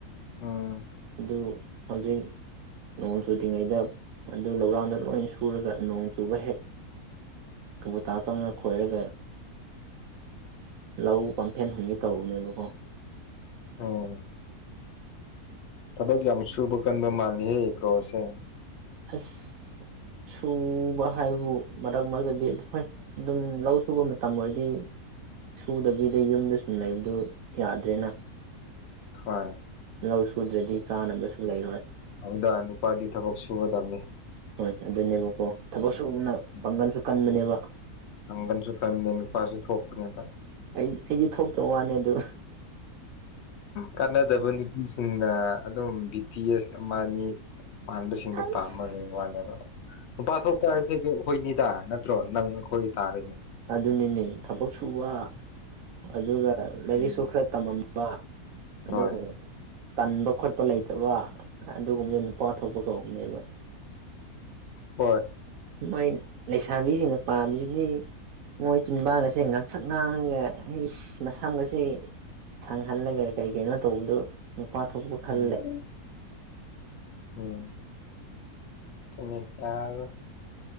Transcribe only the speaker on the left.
ꯑ
ꯑꯣ ꯊꯕꯛ ꯌꯥꯝ ꯁꯨꯕ ꯀꯟꯕ ꯃꯥꯜꯂꯤꯍꯦ ꯕ꯭ꯔꯣꯁꯦ
ꯍꯣꯏ
ꯑꯧꯗ ꯅꯨꯄꯥꯗꯤ ꯊꯕꯛ ꯁꯨꯒꯗꯕꯅꯤ
ꯎꯝ
ꯎꯝ
ꯄꯥꯡꯒꯟꯁꯨ ꯀꯟꯕꯅꯦ ꯅꯨꯄꯥꯁꯨ ꯊꯣꯛꯄꯅꯦꯗꯥ
ꯀꯥꯟꯅꯗꯕ ꯅꯨꯄꯤꯁꯤꯡꯅ ꯑꯗꯨꯝ ꯕꯤ ꯇꯤ ꯑꯦꯁ ꯑꯃ ꯑꯅꯤ ꯃꯥꯟꯕꯁꯤꯡꯗꯣ
ꯄꯥꯝꯃꯒ ꯂꯩꯕ ꯋꯥꯅꯦꯕ ꯅꯨꯄꯥ ꯊꯣꯛꯄ ꯍꯥꯏꯁꯤ ꯑꯩꯈꯣꯏꯅꯤꯗ ꯅꯠꯇ꯭ꯔꯣ ꯅꯪ ꯑꯩꯈꯣꯏ ꯇꯥꯔꯦꯅꯦ
ꯎꯝ
ꯍꯣꯏ
ꯍꯣꯏ
ꯎꯝ ꯎꯝ ꯑꯗꯨꯅꯦ ꯌꯥꯔꯔꯣꯏ